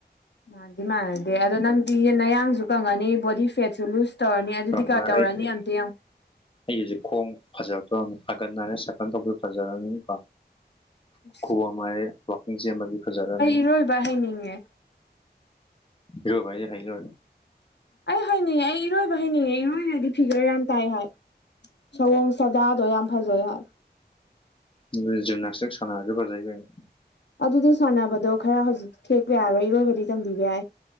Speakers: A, on the left (about 80°); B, on the left (about 30°).
A: ꯃꯥꯥꯟꯗꯤ ꯃꯥꯟꯅꯗꯦ ꯑꯗꯣ ꯅꯪꯗꯤ ꯅꯌꯥꯡꯁꯨ ꯀꯪꯉꯅꯤ ꯕꯣꯗꯤ ꯐꯦꯠꯁꯨ ꯂꯨꯁ ꯇꯧꯔꯅꯤ ꯑꯗꯨꯗꯤ
B: ꯑꯩ
A: ꯀꯥ ꯇꯧꯔꯅꯤ ꯑꯝꯇ ꯌꯦꯡꯉꯨ
B: ꯑꯩ ꯍꯧꯖꯤꯛ ꯈꯣꯡ ꯐꯖꯔꯛꯇꯣꯔꯝꯅꯤ ꯐꯥꯏꯒꯟ ꯍꯥꯏꯔꯦ ꯁꯀꯜ ꯇꯧꯕ ꯐꯖꯔꯅꯤꯀꯣ
A: ꯎ
B: ꯅꯨꯡꯉꯥꯏꯔꯦ ꯋꯥꯀꯤꯡ ꯆꯦꯟꯕꯕꯤ ꯐꯖꯔꯥꯅꯤ
A: ꯏꯔꯣꯏꯕ ꯍꯩꯅꯤꯡꯉꯦ
B: ꯍꯔꯣꯥꯏꯅꯦ ꯍꯥꯏꯅ
A: ꯑꯩ ꯍꯩꯅꯤꯡꯉꯦ ꯑꯩ ꯏꯔꯣꯏꯕ ꯍꯩꯅꯤꯡꯉꯦ ꯏꯔꯣꯏꯔꯗꯤ ꯐꯤꯒꯔ ꯌꯥꯝ ꯇꯥꯏ ꯍꯥꯏ ꯁꯑꯣꯡ ꯁꯥꯗꯥꯗꯣ ꯌꯥꯝ ꯐꯖꯩ ꯍꯥꯏ
B: ꯑꯗꯨꯗꯤ ꯖꯤꯝꯅꯥꯁꯇꯤꯛ ꯁꯥꯟꯅꯔꯁꯨ ꯐꯖꯩ ꯀꯩꯅꯣ
A: ꯑꯗꯨꯗꯤ ꯁꯥꯟꯅꯕꯗꯣ ꯈꯔ ꯍꯧꯖꯤꯛ ꯊꯦꯛꯄ ꯌꯥꯔꯣꯏ ꯏꯔꯣꯏꯕꯗꯤ ꯇꯝꯕꯤꯕ ꯌꯥꯏ